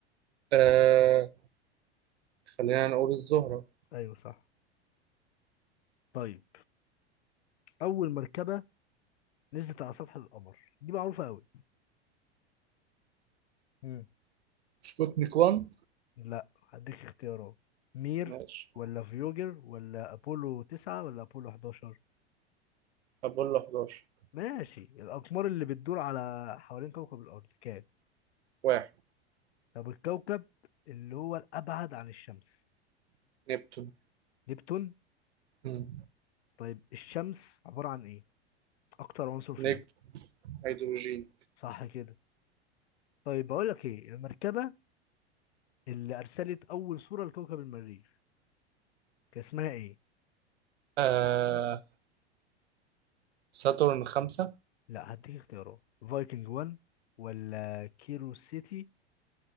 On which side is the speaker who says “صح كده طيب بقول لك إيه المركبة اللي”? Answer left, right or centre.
Left